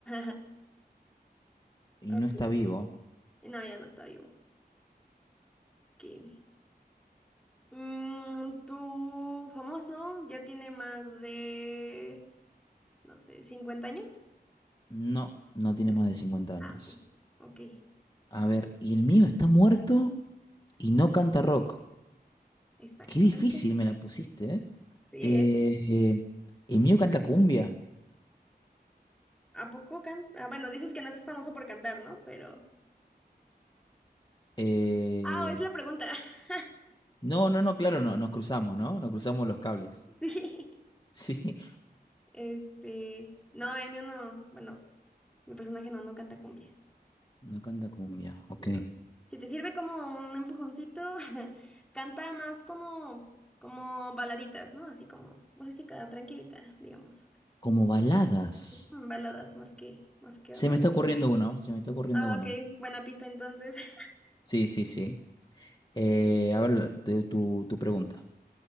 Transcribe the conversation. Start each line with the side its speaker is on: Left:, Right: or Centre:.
Centre: <laughs>
Left: ¿Y
Centre: Ok,
Left: no está vivo?
Centre: No, ya no está vivo. Ok. Mm, ¿tu famoso ya tiene más de, no sé, 50 años?
Left: No, no tiene
Centre: No.
Left: más de 50 años.
Centre: Ah, ok. Ok,
Left: A ver, ¿y el mío está muerto y no canta rock?
Centre: exactamente.
Left: Qué difícil me la pusiste, ¿eh?
Centre: Sí,
Left: Eh,
Centre: ¿eh?
Left: eh, el mío canta cumbia.
Centre: ¿A poco canta? Ah, bueno, dices que no es famoso por cantar, ¿no? Pero.
Left: Eh,
Centre: Ah, es la pregunta. <laughs>
Left: no, no, no, claro, no, nos cruzamos, ¿no? Nos cruzamos los cables.
Centre: Sí.
Left: Sí,
Centre: Este. No, el mío no. Bueno, mi personaje no, no canta cumbia.
Left: <laughs> no canta cumbia, ok.
Centre: No. Si te sirve como un empujoncito, <laughs> canta más como, como baladitas, ¿no? Así como música tranquilita, digamos.
Left: Como baladas.
Centre: Mm, Baladas más que, más que
Left: Se
Centre: nada.
Left: me está ocurriendo uno, se me está ocurriendo
Centre: Ah,
Left: uno.
Centre: ok, buena pista entonces. <laughs>
Left: Sí, sí, sí. Eh, a ver, tu, tu, tu pregunta.